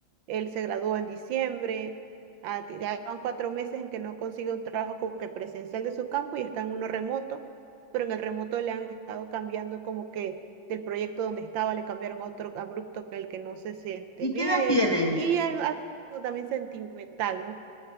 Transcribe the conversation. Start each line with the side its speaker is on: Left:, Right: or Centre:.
Right: Él se graduó en diciembre, ah, ya van cuatro meses en que no consigue un trabajo como que presencial de su campo y está en uno remoto, pero en el remoto le han estado cambiando como que del proyecto donde estaba le cambiaron a otro abrupto con el que no se siente
Left: ¿Y
Right: bien
Left: qué edad tiene?
Right: y al- algo también sentimental, ¿no?